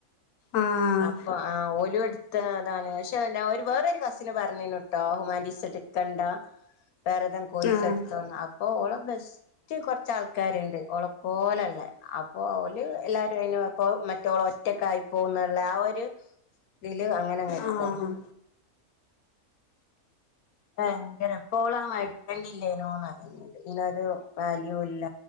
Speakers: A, on the left; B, on the left.
A: ആഹ്
B: അപ്പൊ ആ ഒരുല എടുത്ത അതാണ് പക്ഷെ വേറൊരു കസിന് പറഞ്ഞന്നുട്ടോ ഹുമാൻറ്റീസ് എടുക്കണ്ട വേറെ താ കോയ്സ്
A: ആഹ്
B: എടുത്തോന്ന് അപ്പോൊ ഓൾ ബെസ്റ്റ് കുറച്ച് ആൾക്കാരുണ്ട് ഒള പോലെള്ള അപ്പൊ അവല് എല്ലാരും അയനായപ്പം മറ്റോളൊറ്റക്കായി പോവ്ന്ന്ള്ള ആ ഒരു ഇതില് അങ്ങനെങ്ങെടുത്തതാ.
A: ആഹ്
B: ഭയങ്കര പ്പോളാ എടു ക്കണ്ടില്ലേനൂന്നറിയണ്ട് ഇനൊരു വാല്യൂല്ല